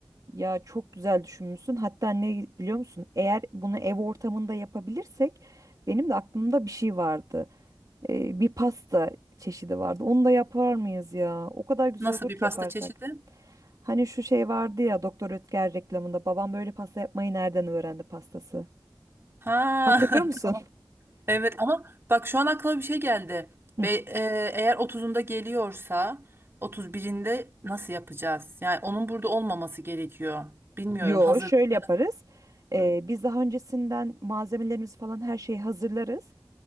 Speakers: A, on the right (about 45°); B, on the right (about 30°).
A: Ya çok güzel düşünmüşsün. Hatta ne biliyor musun? Eğer bunu ev ortamında yapabilirsek benim de aklımda bir şey vardı. Ee, bir pasta çeşidi vardı. Onu da yapar mıyız ya? O kadar güzel
B: Nasıl
A: olur
B: bir
A: ki
B: pasta
A: yaparsak.
B: çeşidi?
A: Hani şu şey vardı ya Doktor Ötker reklamında babam böyle pasta yapmayı nereden öğrendi pastası?
B: Ha
A: Hatırlıyor musun?
B: <laughs> Evet ama bak şu an aklıma bir şey geldi.
A: Hı.
B: Ve e, eğer 30'unda geliyorsa 31'inde nasıl yapacağız? Yani onun burada olmaması gerekiyor.
A: <laughs>
B: Bilmiyorum
A: Yo,
B: Hazırlıklar.
A: şöyle yaparız. Ee,
B: Hı,
A: biz daha öncesinden malzemelerimizi falan her şeyi hazırlarız.